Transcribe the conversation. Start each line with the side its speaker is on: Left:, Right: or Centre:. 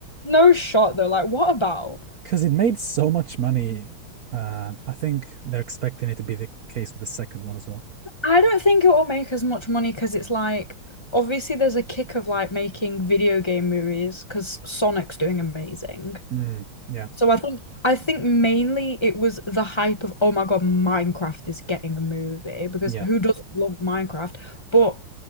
Left: No shot though. Like, what about?
Right: Because it made so much money. Uh, I think they're expecting it to be the case with the second one as well.
Left: I don't think it will make as much money because it's like obviously there's a kick of like making video game movies because Sonic's doing amazing.
Right: Mm, yeah,
Left: So I think I think mainly it was the hype of oh my God, Minecraft is getting a movie because
Right: yeah.
Left: who doesn't love Minecraft? But